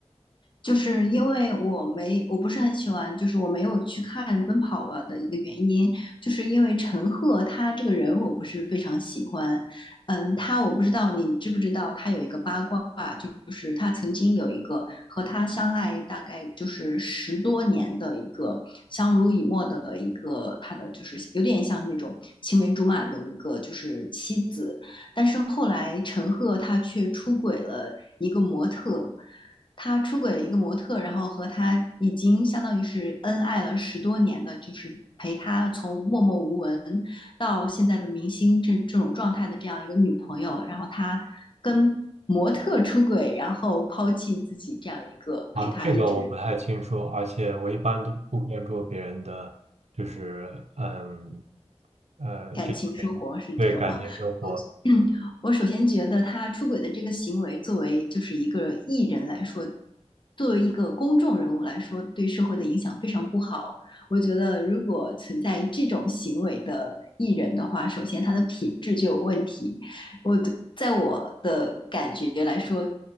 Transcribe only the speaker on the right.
啊，这个我不太清楚，而且我一般都不关注别人的，就是嗯，呃，
这方面对感情生活。